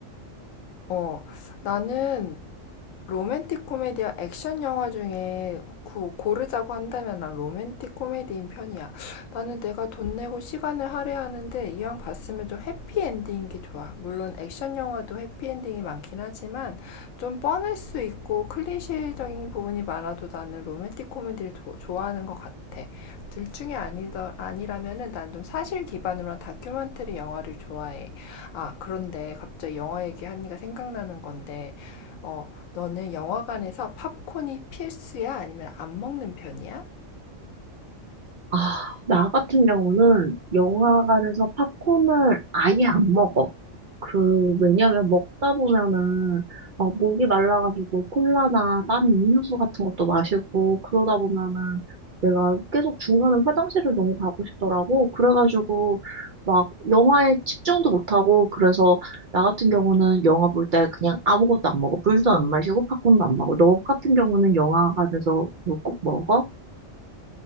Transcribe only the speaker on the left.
어, 나는 로맨틱 코미디와 액션 영화 중에 구- 고르자고 한다면 난 로맨틱 코미디인 편이야. 나는 내가 돈 내고 시간을 할애하는데 이왕 봤으면 좀 해피엔딩인 게 좋아. 물론 액션 영화도 해피엔딩이 많긴 하지만 좀 뻔할 수 있고 클리셰적인 부분이 많아도 나는 로맨틱 코미디를 조- 좋아하는 것 같아. 둘 중에 아니더, 아니라면은 난 좀 사실 기반으로 한 다큐멘터리 영화를 좋아해. 아, 그런데 갑자기 영화 얘기하니까 생각나는 건데, 어, 너는 영화관에서 팝콘이 필수야? 아니면 안 먹는 편이야?